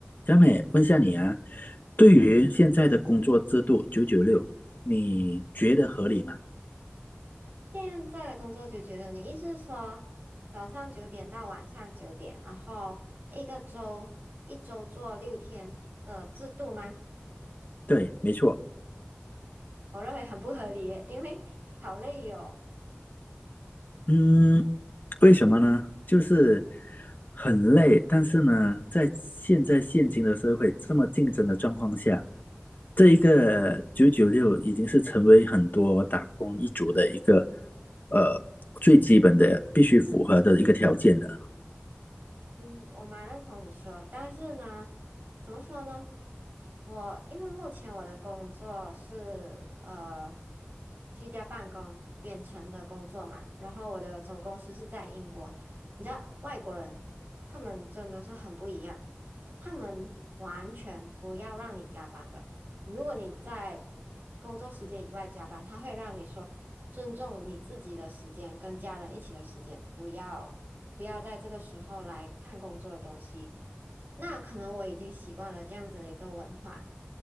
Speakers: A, on the left; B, on the right.
A: 小美，问下你啊，对于现在的工作制度九九六，你觉得合理吗？
B: 现在的工作就觉得，你意思是说早上九点到晚上九点，然后一个周一周做六天的制度吗？
A: 对，没错。
B: 我认为很不合理耶，因为好累哟、
A: 嗯，为什么呢？就是很累，但是呢，在现在现今的社会这么竞争的状况下，这一个九九六已经是成为很多打工一族的一个呃最基本的必须符合的一个条件了。
B: 嗯，我蛮认同你说，但是呢，怎么说呢？我因为目前我的工作是呃居家办公、远程的工作嘛，然后我的总公司是在英国。你知道外国人他们真的是很不一样，他们完全不要让你加班的。如果你在工作时间以外加班，他会让你说尊重你自己的时间跟家人一起的时间，不要。不要在这个时候来看工作的东西。那可能我已经习惯了这样子的一个文化，